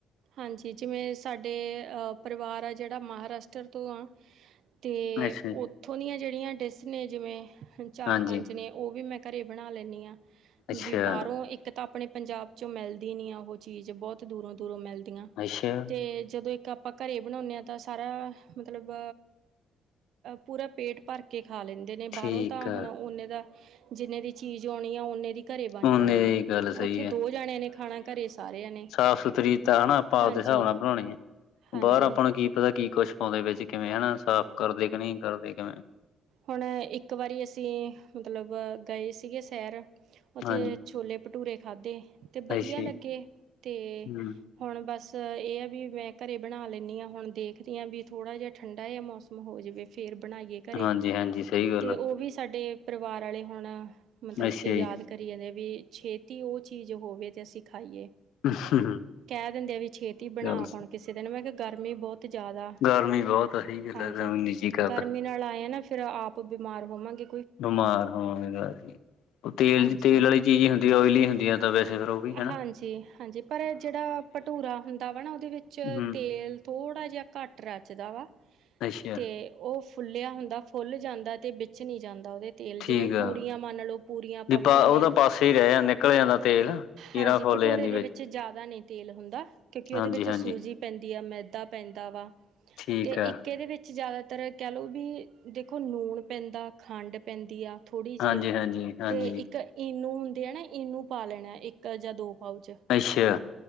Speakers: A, on the right; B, on the left.
A: ਹਾਂਜੀ ਜਿਵੇਂ ਸਾਡੇ ਪਰਿਵਾਰ ਆ ਜੇੜਾ ਮਹਾਰਾਸ਼ਟਰ ਤੋਂ ਆ ਤੇ
B: ਅੱਛਾ
A: ੳਥੋਂ ਦੀਆਂ ਜੇਹੜੀਆਂ ਡੈਿਸ ਨੇ ਜਿਵੇਂ ਚਾਰ-ਪੰਜ
B: ਹਾਂਜੀ
A: ਨੇ, ੳਹ ਵੀ ਮੈਂ ਘਰੇ ਬਨਾ ਲੈਨੀ ਆ
B: ਅੱਛਾ
A: ਵੀ ਬਾਹਰੋਂ ਇੱਕ ਤਾਂ ਅਪਨੇ ਪੰਜਾਬ ਚੋ ਮਿਲਦੀ ਨੀ ਆ ੳਹ ਚੀਜ਼ ਬੋਹਤ ਦੂਰੋਂ-ਦੂਰੋਂ ਮਿਲਦੀ ਆ,
B: ਅੱਛਾ
A: ਤੇ ਜਦੋਂ ਇੱਕ ਆਪਾਂ ਘਰੇ ਬਨੋਨੇ ਆ ਤਾਂ ਸਾਰਾ ਮਤਲਬ ਪੂਰਾ ਪੇਟ ਭਰ ਕੇ ਖਾ ਲੈਂਦੇ ਨੇ
B: ਠੀਕ
A: ਬਾਹਰੋਂ ਤਾਂ
B: ਆ
A: ਹੁਨ ਓਨੇ ਦਾ ਜਿੰਨੇ ਦੀ ਚੀਜ ਆਨੀ ਆ ਓਨੇ ਦੀ ਘਰੇ ਬਨ
B: ਹੁਣ
A: ਜਾਨੀ
B: ਇਹ
A: ਆ।
B: ਗੱਲ ਸਹੀ
A: ੳਥੇ ਦੋ ਜਾਨੇਆਂ ਨੇ ਖਾਨਾ ਘਰੇ ਸਾਰੇਆਂ ਨੇ
B: ਸਾਫ- ਸੁਥਰੀ ਤਾਂ ਨਾ ਆਪਾਂ
A: ਹਾਂਜੀ
B: ਆਪਦੇ ਹਿਸਾਬ ਨਾਲ ਬਨਾਨੀ ਏ।
A: ਹਾਂਜੀ
B: ਬਾਹਰ ਆਪਾਂ ਨੂੰ ਕੀ ਪਤਾ ਕੀ ਕੁਛ ਪਾਂਦੇ ਵਿੱਚ ਕਿਵੇਂ ਹੈਨਾ। ਸਾਫ ਕਰਦੇ ਕਿ ਨਈ ਕਰਦੇ ਕਿਵੇਂ
A: ਹੁਨ ਇੱਕ ਵਾਰੀ ਅਸੀਂ ਮਤਲਬ ਗਏ ਸੀਗੇ ਸੈਰ ੳਥੇ
B: ਹਾਂਜੀ
A: ਛੋਲੇ ਭਟੂਰੇ ਖਾਧੇ ਤੇ
B: ਅੱਛਾ
A: ਬਧੀਆ
B: ਜੀ
A: ਲੱਗੇ ਤੇ
B: ਹੂੰ
A: ਹੁਨ ਬਸ ਏ ਆ ਵੀ ਮੈਂ ਘਰੇ ਬਨਾ ਲੈਂਨੀ ਆ ਹੁਨ ਦੇਖਦੀ ਆ ਵੀ ਥੋੜਾ ਜਿਆ ਠੰਡਾ ਏ ਮੌਸਮ ਹੋ ਜਾਵੇ, ਫੇਰ ਬਣਾਈਏ ਘਰ
B: ਹਾਂਜੀ-ਹਾਂਜੀ, ਸਹੀ
A: ਅਤੇ
B: ਗੱਲ ਆ।
A: ਉਹ ਵੀ ਸਾਡੇ ਪਰਿਵਾਰ ਵਾਲੇ ਹੁਣ ਮਤਲਬ
B: ਅੱਛਾ
A: ਕੇ ਯਾਦ
B: ਜੀ
A: ਕਰੀ ਜਾਂਦੇ ਆ, ਵੀ ਛੇਤੀ ਉਹ ਚੀਜ਼ ਹੋਵੇ ਤੇ ਅਸੀਂ ਖਾਈਏ।
B: <unintelligible>
A: ਕਹਿ ਦਿੰਦੇ ਆ, ਵੀ ਛੇਤੀ ਬਣਾ
B: ਗੱਲ
A: ਹੁਣ ਕਿਸੇ ਦਿਨ ਮੈਂ ਕਿਹਾ ਗਰਮੀ ਬਹੁਤ ਜ਼ਿਆਦਾ
B: ਗਰਮੀ ਬਹੁਤ ਆ ਸਹੀ ਗੱਲ
A: ਹਾਂਜੀ,
B: ਆ ਐਵੇਂ ਨੀ ਜੀ ਕਰਦਾ
A: ਗਰਮੀ ਨਾਲ ਆਏ ਆ ਨਾ, ਫੇਰ ਆਪ ਬਿਮਾਰ ਹੋਵਾਂਗੇ‌।
B: <unintelligible> ਉਹ ਤੇਲ-ਤੇਲ
A: ਹਾਂਜੀ।
B: ਵਾਲੀ ਚੀਜ਼ ਹੀ ਹੁੰਦੀ, ਓਈਲੀ ਹੁੰਦੀ ਆ ਤਾਂ ਵੈਸੇ ਉਹ ਵੀ ਕ
A: ਹਾਂਜੀ-ਹਾਂਜੀ। ਪਰ ਜਿਹੜਾ ਭਟੂਰਾ ਹੁੰਦਾ ਵਾ ਨਾ, ਉਹਦੇ ਵਿੱਚ
B: ਹੂੰ
A: ਤੇਲ ਥੋੜ੍ਹਾ ਜਿਹਾ ਘੱਟ ਰਚਦਾ ਵਾ, '
B: ਅੱਛਾ
A: ਤੇ ਉਹ ਫੁੱਲਿਆ ਹੁੰਦਾ ਫੁੱਲ ਜਾਂਦਾ, ਤੇ ਵਿੱਚ ਨਹੀਂ ਜਾਂਦਾ ਉਹਦੇ ਤੇਲ
B: ਠੀਕ
A: ਜਿਵੇਂ ਪੂਰੀਆਂ
B: ਆ
A: ਮੰਨ ਲਓ ਪੂਰੀਆਂ ਆਪਾਂ
B: ਵੀ
A: ਬਣਾਉਂਦੇ
B: ਪਾ ਉਹਦਾ
A: ਆ।
B: ਪਾਸੇ ਹੀ ਰਹਿ ਜਾਂ ਨਿਕਲ ਜਾਂਦਾ ਤੇਲ ਕੀਰਾਂ
A: ਹਾਂਜੀ,
B: ਫੁੱਲ
A: ਭਟੂਰੇ
B: ਜਾਂਦੀ
A: ਦੇ ਵਿੱਚ ਜ਼ਿਆਦਾ ਨਹੀਂ ਤੇਲ ਹੁੰਦਾ, ਕਿਉਂਕਿ
B: ਹਾਂਜੀ
A: ਉਹਦੇ ਵਿੱਚ
B: ਹਾਂਜੀ
A: ਸੂਜੀ ਪੈਂਦੀ ਆ। ਮੈ ਦਾ ਪੈਂਦਾ ਵਾ,
B: ਠੀਕ
A: ਤੇ
B: ਆ
A: ਇੱਕ ਇਹਦੇ ਵਿੱਚ ਜ਼ਿਆਦਾ ਤਰ ਕਹਿ ਲਓ ਵੀ, ਦੇਖੋ ਲੂਣ ਪੈਂਦਾ ਖੰਡ ਪੈਂਦੀ ਆ। ਥੋੜ੍ਹੀ ਜਿਹੀ
B: ਹਾਂਜੀ ਹਾਂਜੀ ਹਾਂਜੀ
A: ਤੇ ਇੱਕ ਈਨੂੰ ਹੁੰਦੀ ਆ ਨਾ, ਈਨੂੰ ਪਾ ਲੈਣਾ ਇੱਕ ਜਾਂ ਦੋ ਪਾਊਚ
B: ਅੱਛਾ।